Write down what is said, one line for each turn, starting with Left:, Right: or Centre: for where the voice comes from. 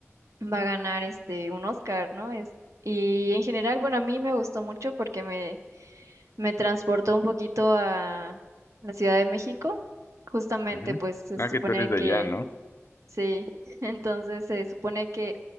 Right: va a ganar este un Oscar, ¿no? Es, y en general, bueno, a mí me gustó mucho porque me me transportó un poquito a la Ciudad de México. Justamente,
Left: Ujú.
Right: pues se
Left: Ah,
Right: supone
Left: que tú eres de
Right: que
Left: allá, ¿no?
Right: sí, <laughs> entonces se supone que